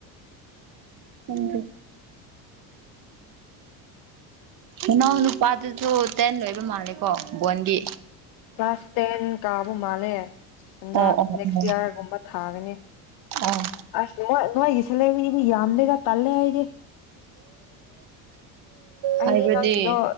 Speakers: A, on the right (about 45°); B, on the left (about 50°).
A: ꯎꯝ ꯏꯅꯥꯎ ꯅꯨꯄꯥꯗꯨꯁꯨ ꯇꯦꯟ ꯂꯣꯏꯕ ꯃꯥꯜꯂꯦꯀꯣ ꯕꯣꯟꯗꯤ
B: ꯀ꯭ꯂꯥꯁꯥꯁ ꯇꯦꯟ ꯀꯥꯕ ꯃꯥꯂꯦ ꯑꯟꯗ
A: ꯑꯣ ꯑꯣ
B: ꯅꯦꯛꯁ
A: ꯑꯣ
B: ꯏꯌꯥꯔꯒꯨꯝꯕ ꯊꯥꯒꯅꯤ
A: ꯑꯣ
B: ꯑꯁ ꯅ ꯅꯣꯏꯒꯤꯁꯤꯂꯕꯤ ꯏꯗꯤ ꯌꯥꯝꯗꯦꯗ ꯇꯜꯂꯦ ꯍꯥꯏ ꯑꯩꯗꯤ
A: ꯍꯥꯏꯕꯗꯤ
B: ꯑꯩꯗꯤ ꯅꯪꯗꯣ